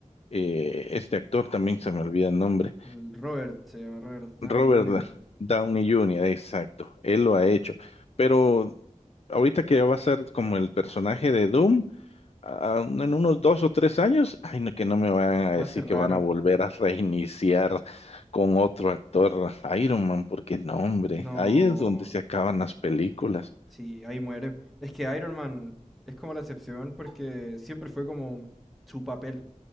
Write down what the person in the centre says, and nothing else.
El Robert, se llama Robert Downey
Jr.
Va a ser
raro.
No.
Sí, ahí muere. Es que Iron Man es como la excepción porque siempre fue como su papel